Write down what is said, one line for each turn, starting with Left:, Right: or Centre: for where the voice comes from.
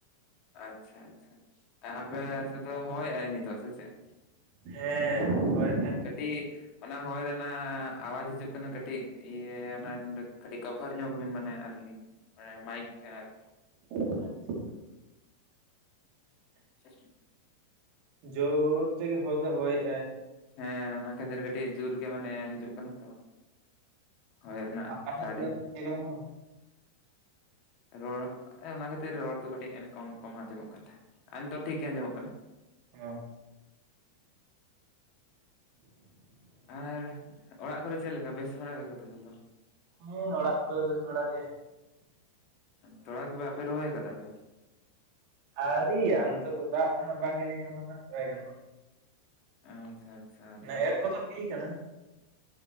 Left: ᱟᱪᱪᱷᱟ ᱟᱪᱪᱷᱟ ᱟᱯᱮ ᱦᱚᱭ ᱱᱤᱛᱚᱜ ᱥᱮ ᱪᱮᱫ
Right: ᱦᱮᱸ ᱦᱳᱭ
Left: ᱠᱟᱹᱴᱤᱡ ᱚᱱᱟ ᱦᱚᱭ ᱨᱮᱱᱟᱜ ᱟᱣᱟᱡ ᱦᱤᱡᱩᱜ ᱠᱟᱱᱟ ᱠᱟᱹᱴᱤᱡ ᱤᱭᱟᱹ ᱚᱱᱟ ᱱᱚᱰᱮ ᱠᱟᱹᱴᱤᱡ ᱠᱟᱵᱷᱟᱨ ᱧᱚᱜᱵᱤᱱ ᱢᱟᱱᱮ ᱟᱨᱠᱤ ᱢᱟᱭᱤᱠ ᱛᱟᱦᱮ ᱟᱨᱠᱤ
Right: ᱟᱪᱷᱟ
Left: <inaudible>
Right: ᱡᱳᱨ ᱛᱮᱜᱮ ᱦᱚᱭ ᱫᱚ ᱦᱚᱭᱮᱜᱟᱭ
Left: ᱦᱮᱸ ᱚᱱᱟ ᱠᱷᱟᱹᱛᱤᱨ ᱠᱟᱹᱴᱤᱡ ᱡᱳᱨ ᱜᱮ ᱢᱟᱱᱮ ᱦᱤᱡᱩᱜ ᱠᱟᱱᱟ ᱛᱚ ᱦᱚᱭ ᱨᱮᱱᱟᱜ
Right: ᱯᱷᱟᱸᱠᱟ ᱧᱚᱜ
Left: ᱥᱟᱰᱮ
Right: ᱜᱮᱭᱟ ᱛᱚ ᱡᱟᱭᱜᱟ ᱦᱚᱸ
Left: ᱨᱚᱲ ᱚᱱᱟ ᱠᱷᱟᱹᱛᱤᱨ ᱨᱚᱲ ᱠᱚ ᱠᱟᱹᱴᱤᱡᱮᱱ ᱠᱚᱢ ᱠᱚᱢ ᱟᱸᱡᱚᱢᱚᱜ ᱠᱟᱱ ᱛᱟᱦᱮᱸᱫ ᱟᱨ ᱱᱤᱛᱚᱜ ᱴᱷᱤᱠ ᱜᱮᱭᱟ ᱟᱸᱡᱚᱢᱚᱜ ᱠᱟᱱᱟ
Right: ᱦᱮᱸ
Left: ᱟᱨ ᱚᱲᱟᱜ ᱠᱚᱨᱮ ᱪᱮᱫ ᱞᱮᱠᱟ ᱵᱮᱥ ᱵᱟᱲᱟ ᱜᱮᱠᱚ ᱛᱚ ᱡᱚᱛᱚ
Right: ᱦᱮᱸ ᱚᱲᱟᱜ ᱠᱚᱨᱮ ᱵᱮᱥ ᱵᱟᱲᱟ ᱜᱮ
Left: ᱛᱚᱲᱟ ᱠᱚᱵᱮ ᱟᱯᱮ ᱨᱚᱦᱚᱭ ᱠᱟᱫᱟ ᱯᱮ
Right: ᱟᱹᱣᱨᱤᱭᱟᱜ-ᱟ ᱱᱤᱛᱳᱜ ᱫᱚ ᱫᱟᱜ ᱠᱚ ᱱᱟᱦᱟᱜ ᱵᱟᱝ ᱦᱮ ᱠᱷᱟᱱ ᱫᱚ ᱦᱜᱟ ᱵᱟᱭ ᱜᱟᱱᱚᱜᱼᱟ
Left: ᱟᱪᱪᱷᱟ ᱟᱪᱪᱷᱟ
Right: ᱢᱟᱱᱮ
Left: <inaudible>
Right: <unintelligible> ᱠᱟᱱᱟ